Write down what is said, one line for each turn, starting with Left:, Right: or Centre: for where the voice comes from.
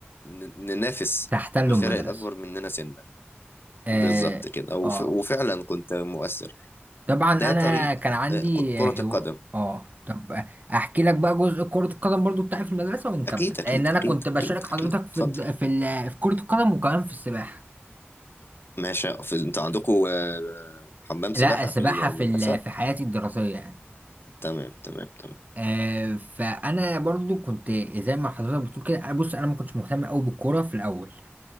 Left: ن- ننافس
Right: تحتلوا
Left: الفرق
Right: المدرسة
Left: الاكبر مننا سنا
Right: اه
Left: بالظبط كده وف-
Right: اه
Left: وفعلا كنت مؤثر
Right: طبعا
Left: ده
Right: انا
Left: طريق
Right: كان عندي
Left: آه، ك- كرة
Right: آه،
Left: القدم
Right: هو اه طب احكي لك بقى جزء كرة القدم برضو بتاعي في المدرسة ونكمل
Left: اكيد اكيد
Right: لان انا
Left: اكيد
Right: كنت بشارك
Left: اكيد
Right: حضرتك
Left: اكيد
Right: في
Left: اتفضل
Right: الد- في ال- في كرة القدم وكمان في السباحة
Left: ماشي في انت عندكم آه، حمام سباحة
Right: لا سباحة
Left: في المدرسة
Right: في ال- في حياتي الدراسية يعني
Left: تمام تمام تمام
Right: آه، فأنا برضو كنت زي ما حضرتك بتقول كده أنا بص أنا ما كنتش مهتم أوي بالكورة في الأول